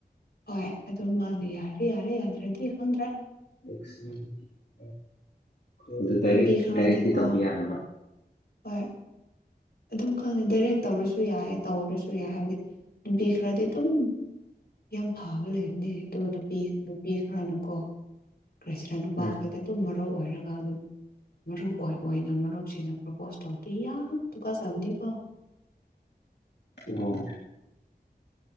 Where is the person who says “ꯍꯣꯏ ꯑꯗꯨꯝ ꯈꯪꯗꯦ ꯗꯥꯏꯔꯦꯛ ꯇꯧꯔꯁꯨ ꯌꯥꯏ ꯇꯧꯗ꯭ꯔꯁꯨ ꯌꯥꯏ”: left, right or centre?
Left